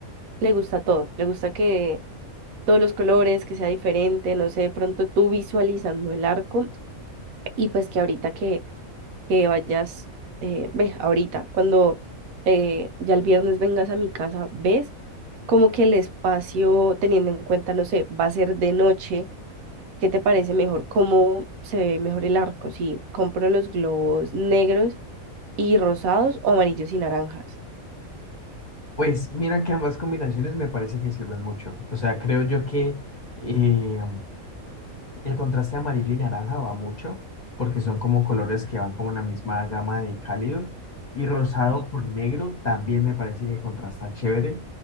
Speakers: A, on the right; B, on the left.
A: le gusta todo. Le gusta que todos los colores, que sea diferente, no sé, de pronto tú visualizando el arco y pues que ahorita que que vayas, eh, ves, ahorita, cuando eh, ya el viernes vengas a mi casa, ves como que el espacio, teniendo en cuenta, no sé, va a ser de noche, ¿qué te parece mejor? ¿Cómo se ve mejor el arco? Si compro los globos negros y rosados o amarillos y naranjas.
B: Pues mira que ambas combinaciones me parece que sirven mucho. O sea, creo yo que eh, el contraste amarillo y naranja va mucho porque son como colores que van como en la misma gama de cálidos. Y rosado
A: Ajá,
B: con negro también me parece que contrasta chévere.